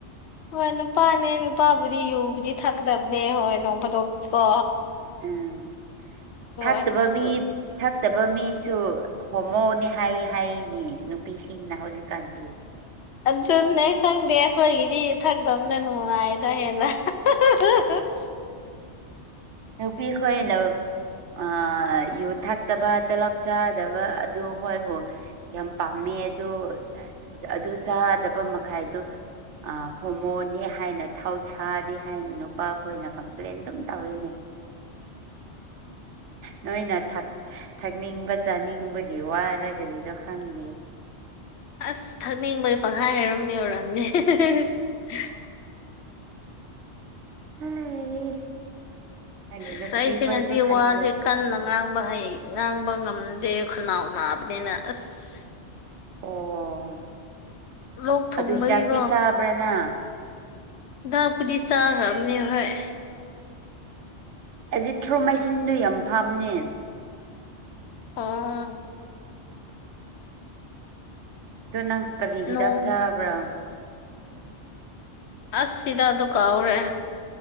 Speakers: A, on the left; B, on the right.
A: ꯍꯣꯏ ꯅꯨꯄꯥꯅꯦ ꯅꯨꯄꯥꯕꯨꯗꯤ ꯌꯨꯕꯨꯗꯤ ꯊꯛꯀꯗꯕꯅꯦ ꯍꯣꯏ ꯅꯣꯡ ꯐꯗꯣꯛ ꯀꯣ
B: ꯎꯝ ꯊꯛꯇꯕ
A: ꯑꯣꯏꯔꯁꯨ
B: ꯃꯤ ꯊꯛꯇꯕ ꯃꯤꯁꯨ ꯍꯣꯃꯣꯅꯤ ꯍꯥꯏ ꯍꯥꯏꯅꯤ ꯅꯨꯄꯤꯁꯤꯡꯅ ꯍꯧꯖꯤꯛꯀꯥꯟꯒꯤ
A: ꯑꯗꯨꯅꯦ ꯈꯪꯗꯦ ꯑꯩꯈꯣꯏꯒꯤꯗꯤ ꯊꯛꯇꯕꯅ ꯅꯨꯡꯉꯥꯏꯗ ꯍꯦꯟꯅ <unintelligible>
B: ꯅꯨꯄꯤꯈꯣꯏꯅꯕ ꯑ ꯌꯨꯠ ꯊꯛꯇꯕ ꯇꯂꯞ ꯆꯥꯗꯕ ꯑꯗꯨꯈꯣꯏꯕꯨ ꯌꯥꯝ ꯄꯥꯝꯃꯦ ꯑꯗꯨ ꯑꯗꯨ ꯆꯥꯗꯕ ꯃꯈꯥꯏꯗꯣ ꯑꯥ ꯍꯣꯃꯣꯅꯤ ꯍꯥꯏꯅ ꯊꯥꯎꯁꯥꯗꯦ ꯍꯥꯏꯅ ꯅꯨꯄꯥ ꯈꯣꯏꯅ ꯀꯝꯄ꯭ꯂꯦꯟ ꯑꯗꯨꯝ ꯇꯧꯋꯤꯅꯦ ꯅꯣꯏꯅ ꯊꯥꯛ ꯊꯛꯅꯤꯡꯕ ꯆꯥꯅꯤꯡꯕꯒꯤ ꯋꯥꯔ ꯒꯔꯤꯅꯣ ꯈꯪꯗꯦ
A: ꯑꯁ ꯊꯛꯅꯤꯡꯕꯩ ꯄꯪꯍꯥꯏ ꯍꯥꯏꯔꯝꯃꯤ ꯑꯣꯏ <unintelligible>
B: ꯑꯩ ꯈꯪꯗꯦ
A: ꯑꯁ
B: ꯅꯨꯄꯤ
A: ꯑꯩꯁꯦ
B: ꯈꯣꯏꯁꯨ
A: ꯉꯁꯤ
B: ꯈꯟ
A: ꯋꯥꯁꯦ
B: <unintelligible>
A: ꯀꯟꯅ ꯉꯥꯡꯕ ꯍꯩ ꯉꯥꯡꯕ ꯉꯝꯗꯦ ꯈꯅꯥꯎ ꯅꯥꯕꯅꯤꯅ ꯑꯁ
B: ꯑꯣ
A: ꯂꯣꯛ ꯊꯨꯡꯕꯒꯤꯀꯣ
B: ꯑꯗꯨ ꯍꯤꯗꯥꯛꯇꯤ ꯆꯥꯕ꯭ꯔꯥ ꯅꯪ
A: ꯗꯥꯛꯄꯨꯗꯤ ꯆꯥꯈ꯭ꯔꯝꯅꯦ ꯍꯣꯏ
B: ꯑꯦꯖꯤꯊ꯭ꯔꯣ ꯃꯦꯆꯟꯗꯣ ꯌꯥꯝ ꯐꯥꯝꯅꯦ
A: ꯑꯣ
B: ꯑꯗꯣ ꯅꯪ ꯀꯔꯤ ꯍꯤꯗꯥꯛ
A: ꯅꯣꯡ
B: ꯆꯥꯕ꯭ꯔꯣ
A: ꯑꯁ ꯍꯤꯗꯥꯛꯗꯣ ꯀꯥꯎꯔꯦ